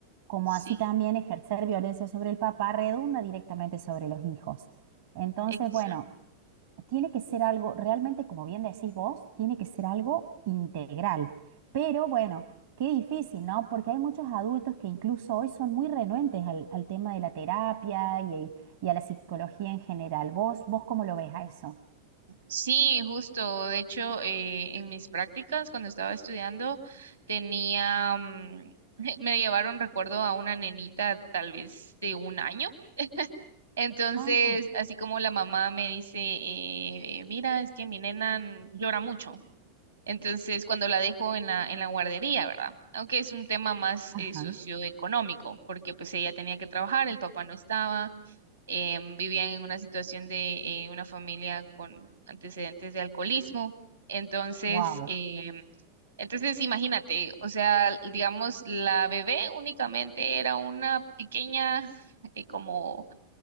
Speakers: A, on the right; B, on the right.
A: como
B: Sí,
A: así también ejercer violencia sobre el papá redunda directamente sobre los hijos. Entonces,
B: exacto.
A: bueno, tiene que ser algo, realmente, como bien decís vos, tiene que ser algo integral. Pero bueno, qué difícil, ¿no? Porque hay muchos adultos que incluso hoy son muy renuentes al, al tema de la terapia y, y a la psicología en general. ¿Vos, vos cómo lo ves a eso?
B: Sí, justo. De hecho, eh, en mis prácticas, cuando estaba estudiando, tenía, mm, <laughs> me llevaron, recuerdo, a una nenita tal vez de un año. Entonces,
A: Ah,
B: así como la mamá me dice, eh, eh, mira, es que mi nena n- llora mucho. Entonces, cuando la dejo en la, en la guardería, ¿verdad? Aunque es un tema más
A: ajá,
B: eh, socioeconómico, porque pues ella tenía que trabajar, el papá no estaba em, vivían en una situación de eh, una familia con antecedentes de alcoholismo. Entonces,
A: wow.
B: em, entonces imagínate, o sea, digamos, la bebé únicamente era una pequeña, eh, como